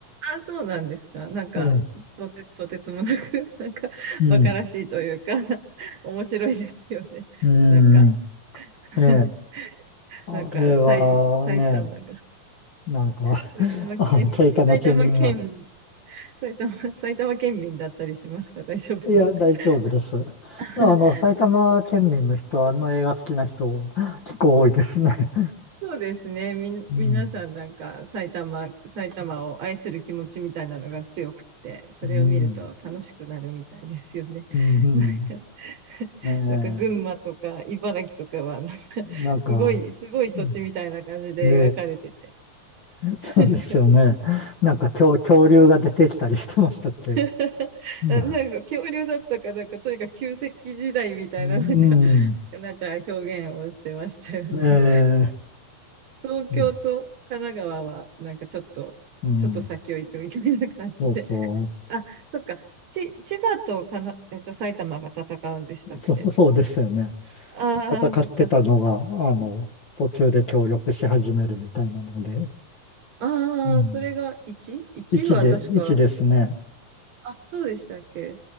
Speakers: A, on the right (about 60°); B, on the left (about 55°).
A: あ、そうなんですか。なんか、
B: ええ
A: とて、とてつもなく、<laughs> なんか、
B: うん。
A: 馬鹿らしいというか、<laughs> 面白いですよね。
B: うん。
A: なんか、<laughs>
B: ええ、あれはね、
A: なんか、埼、埼玉が、
B: なんか
A: 埼玉県民、
B: <laughs> あ、埼玉県民が、
A: 埼玉県、埼玉、埼玉県民だったりしますか大丈夫ですか
B: いや、大丈夫です。
A: <laughs>
B: あの、埼玉県民の人あの映画好きな人、
A: そうです <laughs>
B: 結構多いですね。
A: そうですね。みん、
B: うん、
A: 皆さんなんか埼玉、埼玉を愛する気持ちみたいなのが強くって、それを見ると楽しくなるみたいですよね。
B: うん、うん、
A: <laughs> なんか、
B: うんええ、
A: なんか群馬とか茨城とかはなんか
B: なんか、
A: すごい、すごい土地みたいな感じで描かれてて。
B: うんで、ええ、そうですよね。
A: なんか
B: なんか恐、恐竜が出てきたりしてましたっけう
A: <laughs>
B: ん、
A: あなんか恐竜だったかなんかとにかく旧石器時代みたいななんか、
B: うん、
A: なんか表現をしてましたよね。
B: ええ、
A: 東京と神奈川はなんかちょっとちょっと先を行くみたいな感じで。
B: うん、うんそうそ
A: あ、そっか。ち、千葉とかな、えっと、埼玉が戦うんでしたっけ
B: う、そう、そうですよね。
A: ああー、
B: 戦ってたのが、
A: そっかそっか。
B: あの、途中で協力し始めるみたいなので、
A: ああ、
B: うん。
A: それが 1?1
B: 1で、
A: は確か、
B: 1ですね。
A: あ、そうでしたっけ